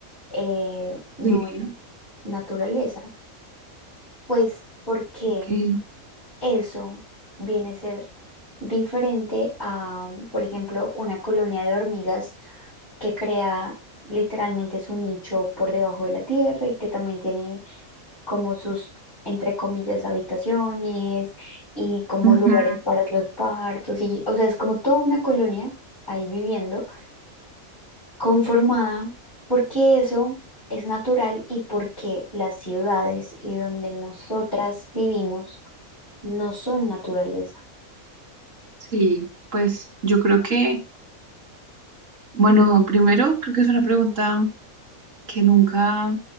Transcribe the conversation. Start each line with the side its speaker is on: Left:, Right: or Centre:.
Left: eh, no
Right: sí,
Left: es naturaleza. Pues porque
Right: ok.
Left: eso viene a ser diferente a, por ejemplo, una colonia de hormigas que crea literalmente su nicho por debajo de la tierra y que también tiene como sus, entre comillas, habitaciones y como
Right: Ujú,
Left: lugares para los partos. Y, o sea, es como toda una colonia ahí viviendo, conformada, porque eso es natural y porque las ciudades y donde nosotras vivimos no son naturaleza.
Right: sí, pues yo creo que, bueno, primero creo que es una pregunta que nunca